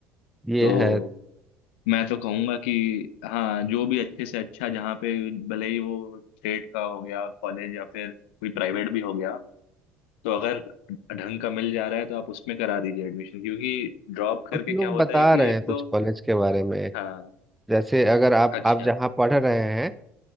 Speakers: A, in the centre; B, on the left (about 65°).
A: ये
B: तो
A: है
B: मैं तो कहूंगा कि हाँ जो भी अच्छे से अच्छा जहाँ पे भले ही वो स्टेट का हो गया कॉलेज या फिर कोई प्राइवेट भी हो गया तो अगर ढंग का मिल जा रहा है तो आप उसमें करा दीजिए एडमिशन क्योंकि ड्रॉप करके
A: कुछ लोग
B: क्या होता
A: बता
B: है कि
A: रहे
B: एक
A: हैं कुछ
B: तो
A: कॉलेज के बारे में
B: हाँ
A: जैसे अगर आप
B: अच्छा
A: आप जहाँ पढ़ रहे हैं